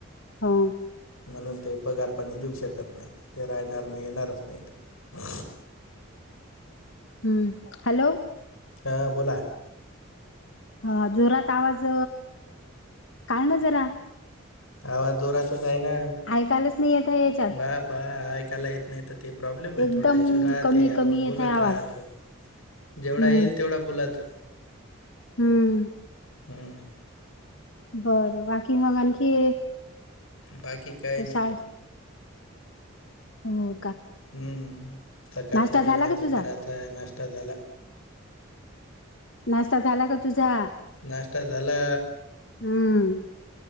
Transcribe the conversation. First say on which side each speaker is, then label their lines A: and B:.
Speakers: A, on the left; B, on the left.
A: हो.
B: म्हणूनच ते पगारपणी देऊ शकत नाही. ते राहणार नाही येणारच नाही ते.
A: हम्म हॅलो.
B: ह बोला.
A: हा जोरात आवाज कारयण जरा
B: आवाज जोरातच आहे ना
A: ऐकायलाच नाही येत आहे याच्यात
B: बापा ऐकायला येत नाही तर ते प्रॉब्लेम आहे
A: एकदम
B: थोडा इश्यू राहते
A: कमी कमी
B: आपण
A: येत
B: बोलत
A: आहे आवाज
B: राहत जेवढा
A: हम्म
B: येईल तेवढा बोलात
A: हम्म
B: हम्म
A: बर बाकी मग आणखी
B: बाकी काही नाही
A: शाळे हो
B: हम्म सकाळच्या
A: नाश्ता
B: जेवणाचा
A: झाला का तुझा
B: कराचा आहे नाश्ता झाला
A: नाश्ता झाला ग तुझा
B: नष्ट झाला
A: हम्म